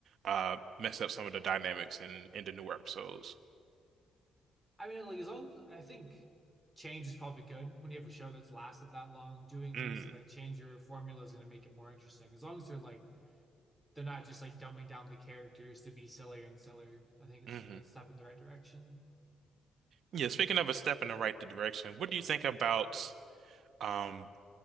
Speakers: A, on the right; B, in the centre.
A: uh mess up some of the dynamics in in the newer episodes.
B: I mean, like as long I think change is probably good when you have a show that's lasted that long. Doing things
A: Mm-hmm.
B: to like change your formula is going to make it more interesting. As long as they're like they're not just like dumbing down the characters to be sillier and sillier. I think it's
A: Mm-hmm.
B: a step in the right direction.
A: Yeah, speaking of a step in the right direction, what do you think about um